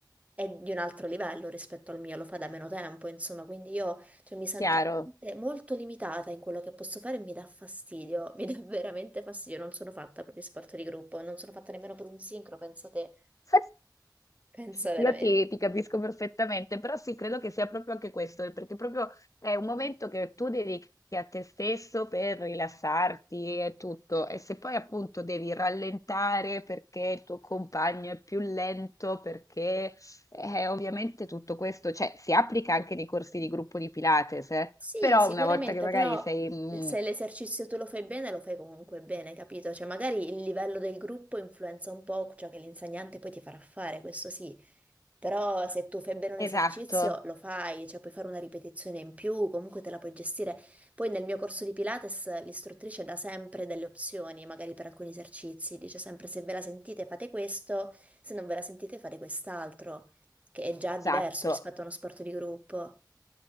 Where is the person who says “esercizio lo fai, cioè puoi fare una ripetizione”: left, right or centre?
Right